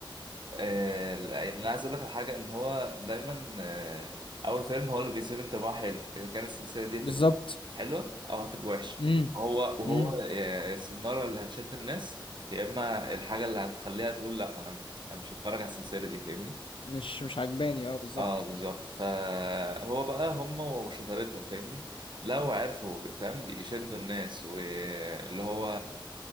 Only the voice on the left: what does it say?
بالظبط
امم
امم
مش مش عجباني اه بالظبط